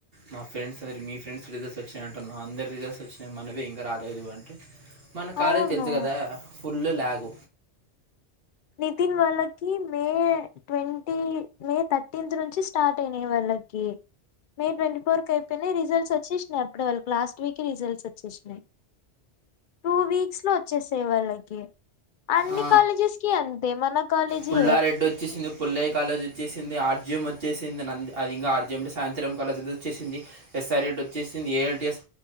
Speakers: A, on the right; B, on the left.
A: మా ఫ్రెండ్స్ అ మీ ఫ్రెండ్స్ రిజల్ట్స్ వచ్చాయంటారు మా అందరి రిజల్ట్స్ వచ్చినాయి మనవే ఇంకా రాలేదు అంటే మన కాలేజీ
B: అవును
A: తెలుసు కదా ఫుల్ళ లాగ్
B: నితిన్ వాలకి మే ట్వంటీ మే థర్టీన్త్ నుంచి స్టార్ట్ అయినాయి వాళ్ళకి మే ట్వంటీ ఫోర్ క అయిపోయినాయి రిజల్ట్స్ వచ్చ వచ్చేసినాయి అప్పుడే వాళ్ళకి లాస్ట్ వీక్ రిజల్ట్స్ వచ్చేసినాయి టూ వీక్స్ లో వచ్చేస్తాయి వాళ్ళకి అన్ని
A: ఆ,
B: కాలేజెస్ కి అంతే మన కాలేజీ
A: పుల్లారెడ్డి వచ్చేసింది పుల్లయి కాలేజ్ వచ్చేసింది ఆర్జ జఎం వచ్చేసింది అది ఇంకా ఆర్జఎమ్లో సాయంత్రం కాలేజ్ వచ్చేసింది ఎస్ఆర్ రెడ్డి వచ్చేసింది ఏఎల్టిఎస్